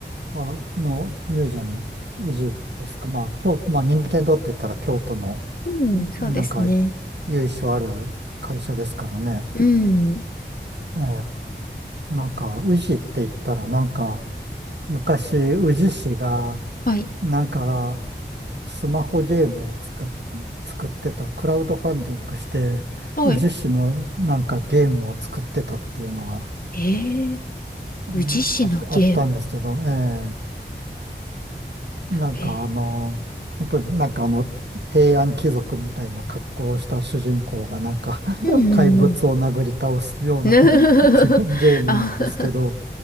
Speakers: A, on the right (about 65°); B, on the left (about 50°).
A: あのミュージアム、宇治ですか。まあ、京、まあ、任天堂って言ったら京都の、
B: うん、
A: いなんか、
B: そうですね。
A: 由緒ある会社ですからね。
B: うん。
A: ええ、なんか、宇治って言ったら、なんか、昔、宇治市が、
B: はい。
A: なんか、スマホゲームを作っ、作ってた、クラウドファンディングして、
B: はい
A: 宇治市のなんかゲームを作ってたっていうのが、
B: ええ
A: うんあ、
B: 宇治市のゲーム。
A: あったんですけど、ええ、なんかあの、
B: <laughs> ええ
A: 本当になんかあの、平安貴族みたいな格好をした主人公がなんか <laughs>
B: うんん
A: 怪物を殴り倒すような
B: <laughs>
A: <laughs> ゲームなんですけど、
B: あ、